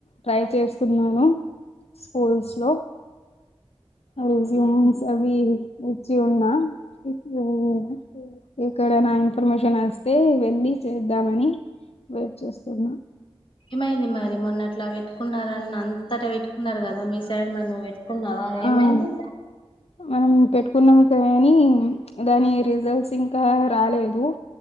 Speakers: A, on the left; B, on the left.
A: ట్రై చేస్తున్నాను స్కూల్స్ లో రెస్యూమ్స్ అవి ఇవి ఇచ్చి ఉన్నా ఓ <unintelligible> ఎక్కడైన ఇన్ఫర్మేషన్ వస్తే వెళ్ళి చేద్దామని వెయిట్ చేస్తున్నా
B: ఏమైంది మరి మొన్న అట్లా పెట్టుకున్నారని అంతటా పెట్టుకున్నారు కదా మీ సైడ్ మ ను్ కున్నావా ఏమైంది
A: ఆ మనం పెట్టుకున్నాం కానీ దాని రిజల్ట్స్ ఇంకా రాలేదు